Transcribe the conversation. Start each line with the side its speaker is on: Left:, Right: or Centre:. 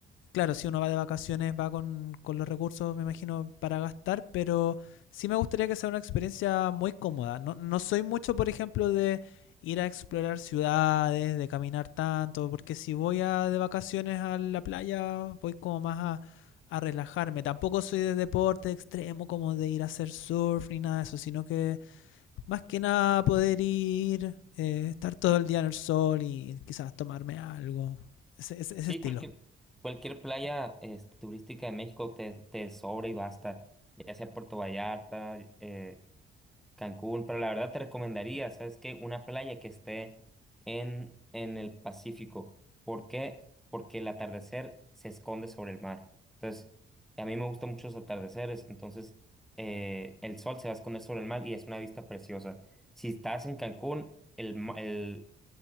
Left: claro, si uno va de vacaciones va con, con los recursos, me imagino, para gastar, pero sí me gustaría que sea una experiencia muy cómoda. No, no soy mucho, por ejemplo, de ir a explorar ciudades, de caminar tanto, porque si voy a, de vacaciones a la playa, voy como más a, a relajarme. Tampoco soy de deporte extremo, como de ir a hacer surf ni nada de eso, sino que más que nada poder ir, eh, estar todo el día en el sol y quizás tomarme algo. Ese, ese-
Centre: Sí,
Left: ese estilo.
Centre: cualquier, cualquier playa este, turística de México te, te sobra y basta, ya sea Puerto Vallarta, eh, Cancún, pero la verdad te recomendaría, ¿sabes qué? Una playa que esté en, en el Pacífico. ¿Por qué? Porque el atardecer se esconde sobre el mar. Entonces, a mí me gustan mucho los atardeceres, entonces eh, el sol se va a esconder sobre el mar y es una vista preciosa. Si estás en Cancún, el, ma- el,